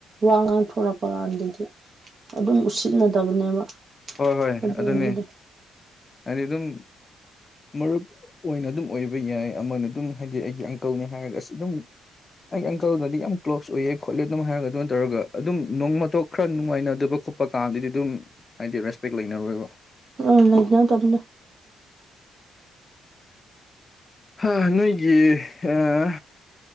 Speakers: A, on the right (about 45°); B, on the left (about 30°).
A: ꯋꯥ ꯉꯥꯡꯊꯣꯔꯛꯄ ꯀꯥꯟꯗꯗꯤ ꯑꯗꯨꯝ ꯎꯁꯤꯠꯅꯗꯕꯅꯦꯕ
B: ꯍꯣꯏ ꯍꯣꯏ
A: ꯑꯗꯨꯒꯨꯝꯕꯗꯣ
B: ꯑꯗꯨꯅꯦ ꯍꯥꯏꯗꯤ ꯑꯗꯨꯝ ꯃꯔꯨꯞ ꯑꯣꯏꯅ ꯑꯗꯨꯝ ꯑꯣꯏꯕ ꯌꯥꯏ ꯑꯃꯅ ꯑꯗꯨꯝ ꯍꯥꯏꯗꯤ ꯑꯩꯒꯤ ꯑꯪꯀꯜꯅꯤ ꯍꯥꯏꯔꯒ ꯑꯗꯨꯝ ꯑꯩ ꯑꯪꯀꯜꯒꯗꯤ ꯌꯥꯝ ꯀ꯭ꯂꯣꯖ ꯑꯣꯏꯌꯦ ꯈꯣꯠꯂꯦ ꯑꯗꯨꯝ ꯍꯥꯏꯔꯒ ꯑꯗꯨꯃꯥꯏꯟꯅ ꯇꯧꯔꯒ ꯑꯗꯨꯝ ꯅꯣꯡꯃꯇꯣꯛ ꯈꯔ ꯅꯨꯡꯉꯥꯏꯅꯗꯕ ꯈꯣꯠ ꯄꯥ ꯀꯥꯟꯗꯗꯤ ꯑꯗꯨꯝ ꯍꯥꯏꯗꯤ ꯔꯦꯁꯄꯦꯛ ꯂꯩꯅꯔꯣꯏꯕ
A: ꯑꯥ ꯂꯩꯅꯗꯕꯅꯦ
B: ꯍꯥ ꯅꯣꯏꯒꯤ ꯑꯥ